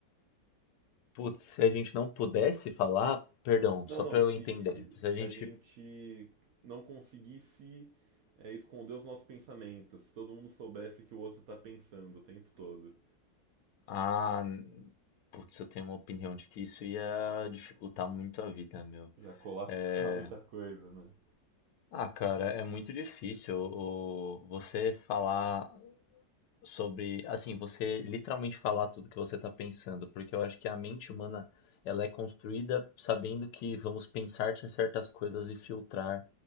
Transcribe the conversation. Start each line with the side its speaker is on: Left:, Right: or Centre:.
Left: Putz, se a gente não pudesse falar, perdão,
Right: Não,
Left: só
Right: não,
Left: pra
Right: se,
Left: eu entender. Se
Right: se
Left: a gente.
Right: a gente não conseguisse é, esconder os nossos pensamentos, se todo mundo soubesse o que o outro tá pensando o tempo todo,
Left: Ah, n- putz, eu tenho uma opinião de que isso ia dificultar muito a vida, meu.
Right: ia colapsar
Left: É...
Right: <laughs> muita coisa, né?
Left: Ah, cara, é muito difícil o... você falar sobre. Assim, você literalmente falar tudo que você tá pensando, porque eu acho que a mente humana ela é construída sabendo que vamos pensar certas coisas e filtrar